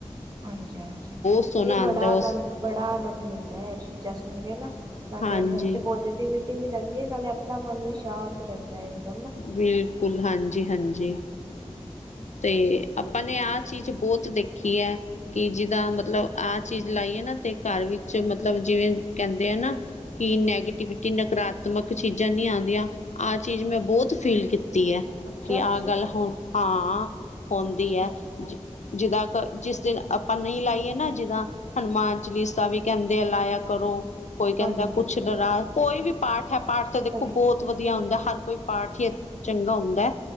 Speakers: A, on the right; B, on the left.
A: ਹਾਂਜੀ-ਹਾਂਜੀ,
B: ਸੋਹਣਾ
A: ਇਹ
B: ਆਉਂਦਾ
A: ਬੜਾ ਆਨੰਦ
B: ਉਸ
A: ਬੜਾ ਆਨੰਦ ਮਿਲਦਾ ਐ ਚੀਜ਼ਾਂ ਸੁਣ ਕੇ ਨਾ ਨਾਲੇ
B: ਹਾਂਜੀ
A: ਘਰ ਚ ਪੋਜ਼ਟਿਵੀ ਵੀ ਰਹਿੰਦੀ ਐ ਨਾਲੇ ਆਪਣਾ ਮਨ ਵੀ ਸ਼ਾਂਤ ਰਹਿੰਦਾ। <inaudible>
B: ਬਿਲਕੁਲ ਹਾਂਜੀ-ਹਾਂਜੀ, ਤੇ ਆਪਾਂ ਨੇ ਆਹ ਚੀਜ਼ ਬੋਤ ਦੇਖੀ ਐ। ਕਿ ਜਿੱਦਾਂ ਮਤਲਬ ਆਹ ਚੀਜ਼ ਲਾਈਏ ਨਾ ਤੇ ਘਰ ਵਿੱਚ ਮਤਲਬ ਜਿਵੇਂ ਕਹਿੰਦੇ ਆ ਨਾ ਕੀ ਨੈਗੇਟਿਵਿਟੀ ਨਕਾਰਾਤਮਕ ਚੀਜ਼ਾਂ ਨੀ ਆਂਦੀਆਂ। ਆਹ ਚੀਜ਼ ਮੈਂ ਬੋਤ ਫੀਲ ਕੀਤੀ ਐ।
A: ਅੱਛਾ
B: ਕਿ
A: ਅੱਛਾ
B: ਆਹ ਗੱਲ ਹਾਂ, ਹੁੰਦੀ
A: ਅੱਛਾ
B: ਐ ਜਿੱਦਾਂ ਕ ਜਿਸ ਦਿਨ ਆਪਾਂ ਨਈ ਲਾਈਏ ਨਾ ਜੀਦਾ। ਹਨੂੰਮਾਨ ਚਲੀਸਾ ਵੀ ਕਹਿੰਦੇ ਆ ਲਾਇਆ ਕਰੋ। ਕੋਈ ਕਹਿੰਦਾ
A: ਹਾਂਜੀ
B: ਕੁੱਛ ਡਰਾ ਕੋਈ ਵੀ ਪਾਠ ਐ ਪਾਠ ਤਾਂ ਦੇਖੋ
A: ਸਹੀ
B: ਬੋਤ ਵਧੀਆ ਹੁੰਦਾ ਹਰ ਕੋਈ ਪਾਠ ਈ, ਚੰਗਾ ਹੁੰਦਾ